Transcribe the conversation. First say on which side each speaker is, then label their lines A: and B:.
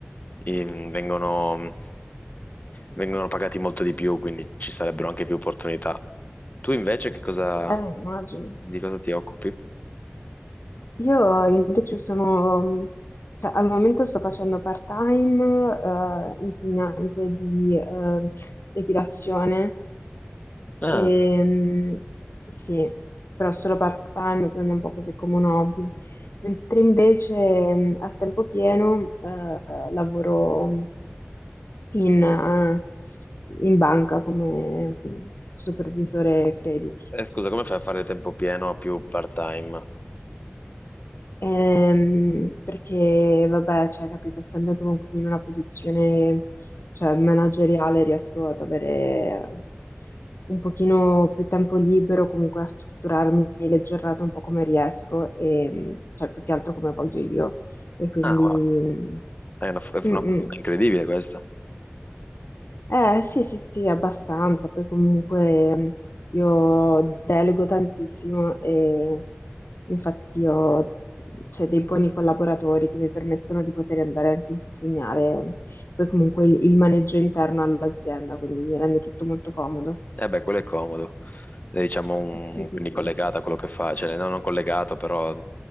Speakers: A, on the left; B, on the left.
A: in- vengono, vengono pagati molto di più, quindi ci sarebbero anche più opportunità. Tu invece che cosa,
B: Eh, immagino.
A: di cosa ti occupi?
B: Io invece sono, cioè, al momento sto facendo part-time, eh, insegnante di eh, equitazione,
A: Ah,
B: Ehm, sì, però solo part-time, prendo un po' così come un hobby. Mentre invece mh, a tempo pieno eh, lavoro in, eh, in banca come supervisore crediti.
A: eh, scusa, come fai a fare tempo pieno o più part-time?
B: Ehm, perché, vabbè, cioè, capito, essendo comunque in una posizione, cioè, manageriale, riesco ad avere un pochino più tempo libero, comunque a strutturarmi le giornate un po' come riesco e, cioè, più che altro come voglio io. E quindi...
A: Ah, wow. È una, è
B: mm,
A: una
B: mm.
A: fortuna
B: mm.
A: incredibile questa.
B: Eh sì, sì, sì, abbastanza, poi comunque mh, io delego tantissimo e infatti ho cioè, dei buoni collaboratori che mi permettono di poter andare anche a insegnare, poi comunque il, il maneggio interno all'azienda, quindi mi rende tutto molto comodo.
A: Eh beh, quello è comodo. È, diciamo, un-
B: Sì, sì,
A: quindi
B: sì.
A: collegata a quello che fai, cioè no, non collegato, però